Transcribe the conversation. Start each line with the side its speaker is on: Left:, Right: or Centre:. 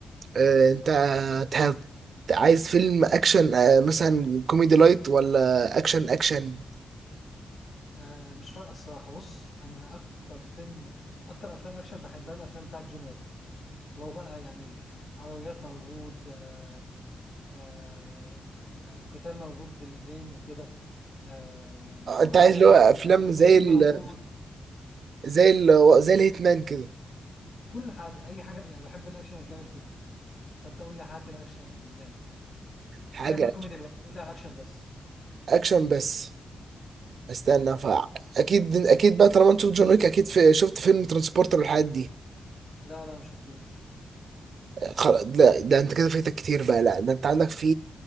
Right: آه، انت تح- عايز فيلم اكشن آه، مثلا كوميدي لايت ولا اكشن اكشن
Left: آه مش فارقه الصراحه بص انا اكتر فيلم اكتر افلام اكشن بحبها الافلام بتاعت جون ويك لو بقى يعني عربيات موجود آه، آه يعني قتال موجود بالايدين وكده آه يعني
Right: آه، انت
Left: عربيات
Right: عايز اللي هو
Left: موجود
Right: افلام زي
Left: خيل
Right: ال
Left: موجود
Right: زي ال زي الهيتمان كده
Left: كل حاجه اي حاجه يعني بحب الاكشن الجامد جدا فانت قول لي حاجه كده اكشن جامد
Right: حاجه
Left: سيبك من الكوميدي دلوقتي قول لي اكشن بس
Right: اكشن بس استنى فا اكيد اكيد بقى طالما انت شفت جون ويك اكيد في... شفت فيلم ترانسبورتر والحاجات دي
Left: لا لا ما شفتوش
Right: خل... لا ده انت كده فايتك كتير بقى لا ده انت عندك في